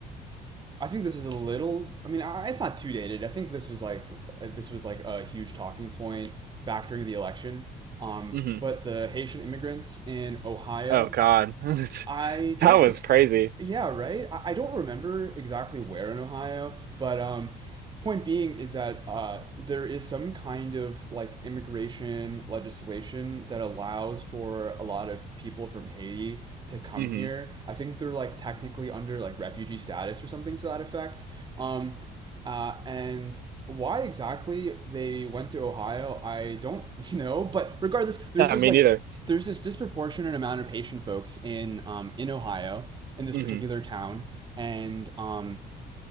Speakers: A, on the right; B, on the right.
A: I think this is a little. I mean, I, it's not too dated. I think this is like uh, this was like a huge talking point back during the election. Um,
B: hmm
A: but the Haitian immigrants in Ohio,
B: Oh God. <laughs>
A: I don't
B: That was
A: recall
B: crazy.
A: yeah, right. I, I don't remember exactly where in Ohio, but um, point being is that uh, there is some kind of like immigration legislation that allows for a lot of people from Haiti to come
B: hmm
A: here. I think they're like technically under like refugee status or something to that effect. Um, uh, and why exactly they went to Ohio, I don't <laughs> know. But regardless, there's
B: Yeah,
A: this
B: me
A: like
B: neither.
A: there's this disproportionate amount of Haitian folks in um, in Ohio in this
B: hmm
A: particular town, and um,